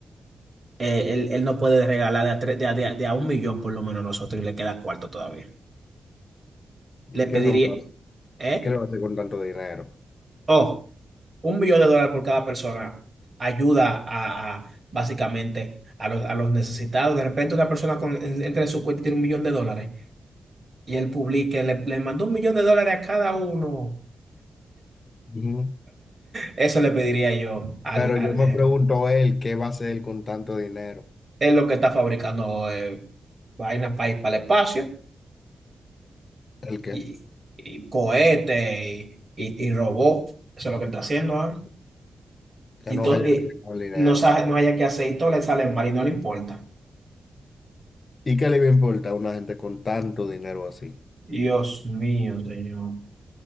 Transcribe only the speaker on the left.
¿Y
qué
son?
¿Qué le va a hacer con tanto dinero?
Ujú.
Pero
yo me
pregunto él, ¿qué va a hacer con tanto dinero?
¿El qué?
Ya
no
va a llegar
con el dinero.
¿Y qué le va a importar a una gente con tanto dinero así?